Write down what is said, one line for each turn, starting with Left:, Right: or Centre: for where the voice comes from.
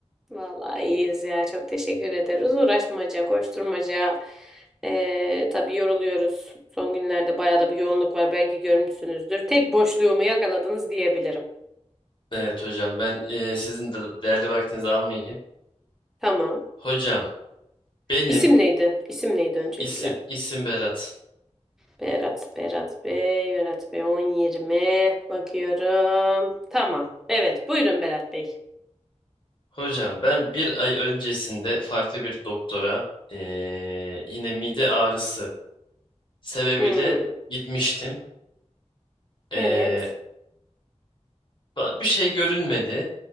Centre: Vallahi iyiyiz ya. Çok teşekkür ederiz. Uğraşmaca, koşturmaca. E, tabii yoruluyoruz. Son günlerde bayağı da bir yoğunluk var. Belki görmüşsünüzdür. Tek boşluğumu yakaladınız diyebilirim.
Left: Evet hocam ben e, sizin de değerli vaktinizi almayayım.
Centre: Tamam.
Left: Hocam benim
Centre: İsim neydi? İsim neydi öncelikle?
Left: isim isim Berat.
Centre: Berat, Berat Bey, Berat Bey 10-20 bakıyorum. Tamam. Evet, buyurun Berat Bey.
Left: Hocam ben bir ay öncesinde farklı bir doktora e, yine mide ağrısı sebebiyle
Centre: Hmm.
Left: gitmiştim. E,
Centre: Evet.
Left: Bir şey görünmedi.